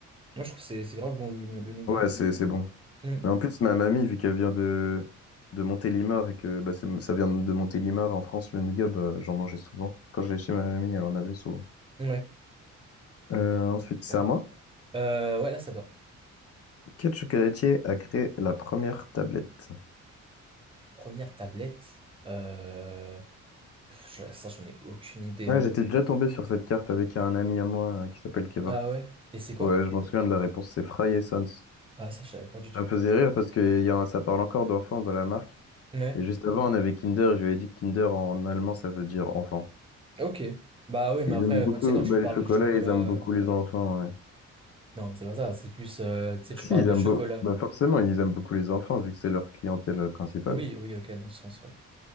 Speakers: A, on the right (about 20°); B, on the left (about 50°).
A: Moi, je trouve que c'est c'est grave bon le, le, le nougat.
B: Ouais, c'est c'est bon.
A: Hum.
B: Mais en plus, ma mamie, vu qu'elle vient de de Montélimar et que bah, c'est- ça vient de Montélimar en France, le nougat, bah, j'en mangeais souvent. Quand j'allais chez ma mamie, elle en avait souvent.
A: Ouais.
B: Euh,
A: Bon, bah, écoute,
B: ensuite,
A: super.
B: c'est à moi.
A: Euh, ouais, là, ça doit.
B: Quel chocolatier a créé la première tablette?
A: La première tablette. euh, pff, je- ça, j'en ai aucune idée.
B: Ah,
A: hein.
B: j'étais déjà tombé sur cette carte avec un ami à moi euh, qui s'appelle Kevork.
A: Ah ouais? Et c'est quoi?
B: Ouais, je m'en souviens de la réponse, c'est Fry et Sons. Ça
A: Ah, ça, je savais pas du tout.
B: me faisait rire parce que y a un- ça parle encore d'enfants dans la marque.
A: Ouais.
B: Et juste avant, on avait Kinder, je lui avais dit que Kinder en allemand, ça veut dire enfant.
A: Ah, Ok. Bah oui, mais
B: Ils
A: après,
B: aiment beaucoup
A: quand, tu sais, quand tu
B: bah,
A: parles
B: les chocolats,
A: de chocolat.
B: ils aiment beaucoup
A: euh,
B: les enfants. ouais.
A: Non, c'est pas ça. C'est plus. euh, tu sais,
B: Bah,
A: tu
B: Si,
A: parles
B: ils
A: de
B: aiment
A: chocolat.
B: beau- bah, forcément, ils aiment beaucoup les enfants vu que c'est leur clientèle euh, principale.
A: Oui, oui, ok, dans ce sens, ouais.